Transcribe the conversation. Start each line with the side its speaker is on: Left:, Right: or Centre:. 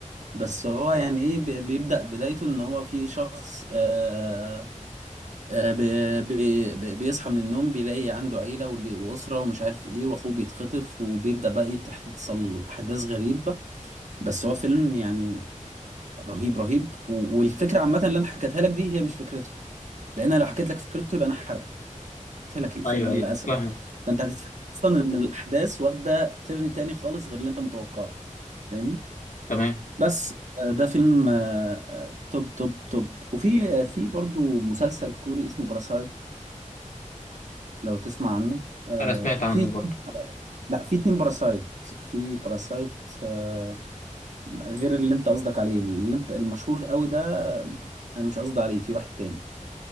Right: بس هو يعني ايه بي- بيبدأ بدايته ان هو في شخص آه آه بي بي بي- بيصحى من النوم بيلاقي عنده عيلة ول- وأسرة ومش عارف ايه واخوه بيتخطف وبيبدأ بقى تحصل احداث غريبة بس هو فيلم يعني رهيب رهيب و- والفكرة عامة اللي انا حكيتها لك دي هي مش فكرته لان انا لو حكيت لك فكرته يبقى انا حرقت لك الفيلم
Left: ايوه ايوه
Right: للاسف
Left: فاهمك
Right: فانت هتتفاجئ اصلا ان الاحداث واخده ترن تاني خالص غير اللي انت متوقعه فاهمني
Left: تمام
Right: بس آه، ده فيلم آه، آه، توب توب توب وفي آه، في برضو مسلسل كوري اسمه باراسايت لو تسمع عنه آه،
Left: انا سمعت عنه
Right: في
Left: برضه
Right: لا في اتنين باراسايت في باراسايت آه، غير اللي انت قصدك عليه اللي انت المشهور قوي ده آه، انا مش قصدي عليه في واحد تاني